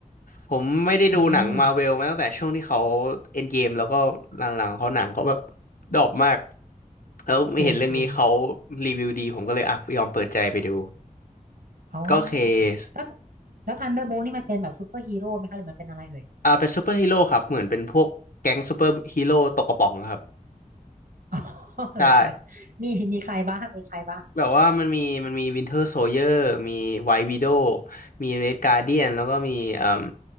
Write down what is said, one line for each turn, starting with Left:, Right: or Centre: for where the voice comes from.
Left: ผมไม่ได้ดูหนังมา
Right: อืม
Left: r v เวลมาตั้งแต่ช่วงที่เขาเอ็นเกมแล้วก็หลังๆเขาหนังเขาแบบดรอปมากแล้วไม่เห็นเรื่องนี้เขา
Right: จริงจริง
Left: รีวิวดีผมก็เลยอ่ะยอมเปิดใจไปดู
Right: อ๋อ
Left: ก็เคส
Right: ค่ะแล้วแล้วทันเดอร์โบนี่มันเป็นแบบซูเปอร์ฮีโร่ไหมคะหรือมันเป็นอะไรเอ่ย
Left: อ่าเป็นซูเปอร์ฮีโร่ครับเหมือนเป็นพวกแก๊งซูเปอร์ฮีโร่ตกกระป๋องครับ
Right: อ๋อ <laughs>
Left: ใช่
Right: เหรอคะมีมีใครบ้างมีใครบ้าง
Left: แบบว่ามันมีมันมีวินเทอร์โซเยอร์มีไว i t วิโดวมีเรดการ์เดียนแล้วก็มีเอ่ม